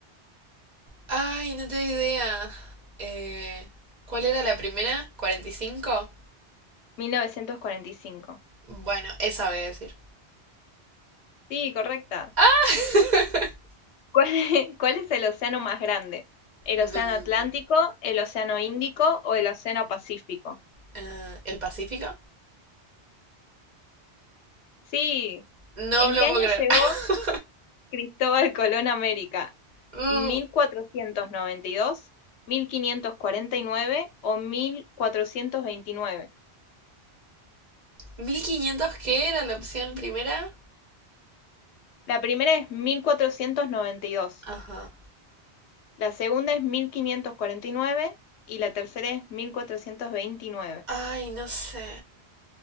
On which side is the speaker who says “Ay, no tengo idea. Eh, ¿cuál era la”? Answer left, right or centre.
Right